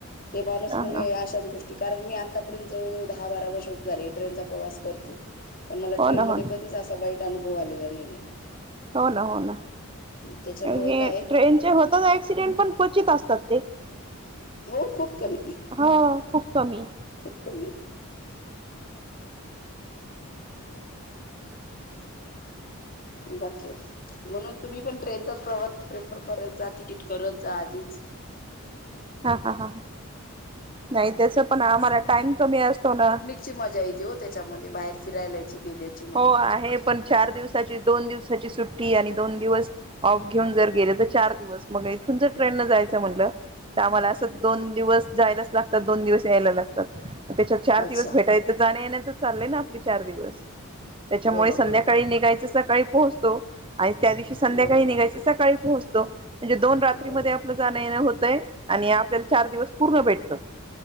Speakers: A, on the left (about 40°); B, on the right (about 25°).
A: ते माणूस
B: ह
A: मग
B: ह
A: अशाच गोष्ट कारण मी आतापर्यंत जवळ जवळ दहा बारा वर्ष झाली ट्रेनचा प्रवास करते. पण मला
B: हो
A: ट्रेन
B: ना
A: मधे
B: हो ना
A: कधीच असा वाईट अनुभव आलेला नाहीये.
B: हो ना, हो ना
A: त्याच्यामुळे
B: <unintelligible>
A: काय
B: ट्रेनचे होतात ऍक्सिडेंट पण क्वचित असतात ते,
A: हो खूप कमी
B: हो खूप कमी.
A: खूप कमी. बाकीे म्हणून तुम्ही पण ट्रेनचाच प्रवास प्रेफर करत जा, तिकीट करत जा आधीच.
B: हा हा हा नाही तस पण आम्हाला टाइम कमी असतो ना
A: ती मजा येते हो त्याच्यामध्ये बाहेर फिरायलाची गेलेची
B: हो आहे. पण चार दिवसाची, दोन दिवसाची सुट्टी आणि दोन दिवस ऑफ घेऊन जर गेले तर चार दिवस, मग इथून जर ट्रेनन जायचं म्हणलं तर आम्हाला असं दोन दिवस जायलाच लागतात. दोन दिवस यायला लागतात. त्याच्यात चार
A: अच्छा
B: दिवस भेटायच, जाण्या येण्यातच चाललंय ना आपले चार दिवस. त्याच्यामुळे
A: बरोबर
B: संध्याकाळी
A: बरोबर
B: निघायचं सकाळी पोहोचतो. आणि त्या दिवशी संध्याकाळी
A: बरोबर
B: निघायचं सकाळी पोहोचतो. म्हणजे दोन रात्री
A: बरोबर
B: मध्ये आपल जाणं येणं होतंय आणि आपल्याला चार दिवस पूर्ण भेटत.